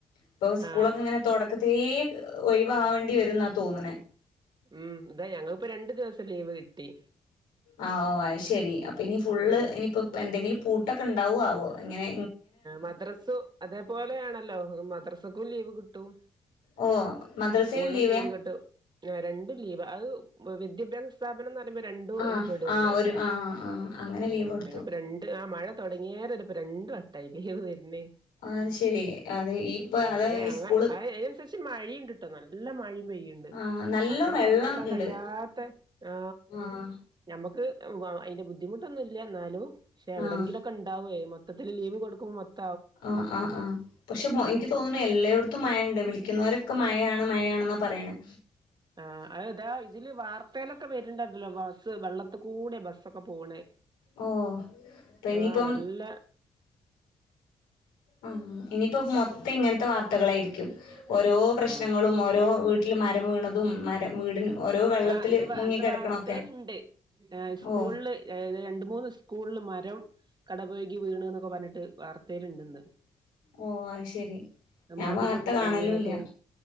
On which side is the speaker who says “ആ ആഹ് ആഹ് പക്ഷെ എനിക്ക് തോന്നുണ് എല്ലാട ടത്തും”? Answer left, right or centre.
Left